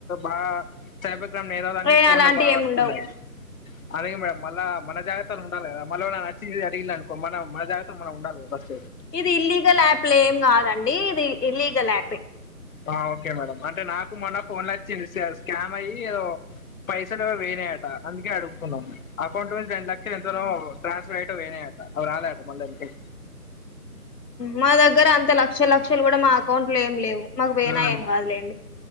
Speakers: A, on the left; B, on the left.
A: బాగా స నేరాలని
B: ఏ
A: ఫోన్
B: అలాంటి
A: లో బా
B: ఏమి
A: వస్తున్నాయి
B: ఉండవు
A: అరే మేడం మళ్ళ మన జాగత్త ఉండాలి కదా మళ నచ్చిది అడిగి అనుకో మన మన జాగత్త మనం ఉండాలి గద ఫెస్ట్
B: ఇది ఇల్లీగల్ యాప్ లో ఏం కాదండి ఇది ఇల్లీగల్ ఆపే
A: ఆ ఓకే మేడం అంటే నాకు మొన్న ఫోన్ వచ్చి స్కామ్ అయ్యి ఏదో పైసలువో పోయాయట అందుకే అడుగుతున్నాను అకౌంట్ నుంచి రెడ్ల లక్ష ఎంతనో ట్రాన్స్ఫర్ అయిట పోయినాయట అవి రాలేదు అంటా మళ్ళీ
B: మా దగ్గర అంత లక్ష లక్షలు కూడా మా అకౌంట్ లో ఏమి లేవు మాకు పోయిన
A: ఉమ్.
B: ఏం కాదులేండి